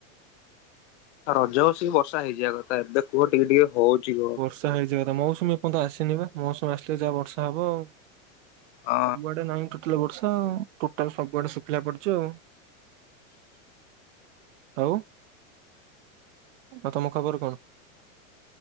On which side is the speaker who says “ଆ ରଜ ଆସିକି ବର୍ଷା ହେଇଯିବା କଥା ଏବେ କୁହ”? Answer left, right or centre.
Left